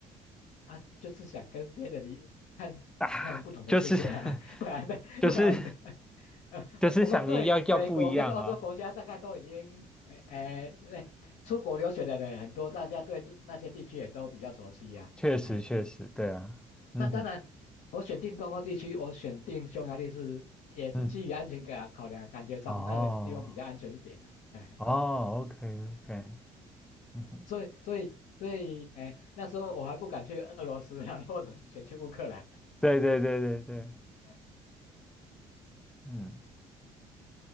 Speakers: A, on the left; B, in the centre.
A: 啊，就是想跟别人一看看不同的世界啊，
B: 啊，就是 <laughs>
A: <laughs> 不然的，
B: 就是
A: 不然的，呃，
B: 就是想要要不一样啊，
A: 呃我们对美国跟欧洲国家大概都已经，呃，呃，呃出国留学的人很多，大家对那那些地区也都比较熟悉呀、
B: 确实确实，
A: 啊哎、
B: 对啊，嗯哼
A: 那当然，我选定东欧地区，我选定匈牙利是也是基于安全感考量，
B: 嗯，
A: 感觉上那里地方比较安全一点的，
B: 哦
A: 哎
B: 哦，OK OK，
A: 嗯
B: 嗯哼，
A: 所以，所以，所以，哎，那时候我还不敢去俄罗斯啊，或者是选去乌克兰啊。
B: 对对对对对，
A: 哎
B: 嗯。